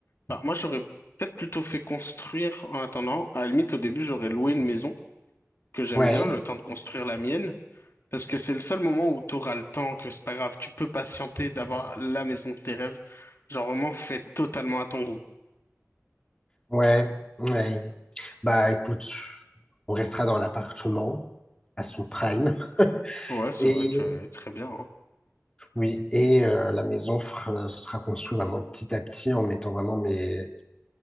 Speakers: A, on the left; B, on the left.
A: bah, moi j'aurais peut-être plutôt fait construire en attendant. À la limite, au début, j'aurais loué une maison que j'aime
B: Ouais.
A: bien, le temps de construire la mienne, parce que c'est le seul moment où tu auras le temps, que c'est pas grave, tu peux patienter d'avoir la maison de tes rêves. Genre vraiment fait totalement à ton goût.
B: Ouais, ouais. Bah écoute, on restera dans l'appartement à son prime.
A: Ouais, c'est
B: Et
A: vrai que très bien. hein.
B: oui, et euh, la maison fera- sera construite vraiment petit à petit en mettant vraiment mes...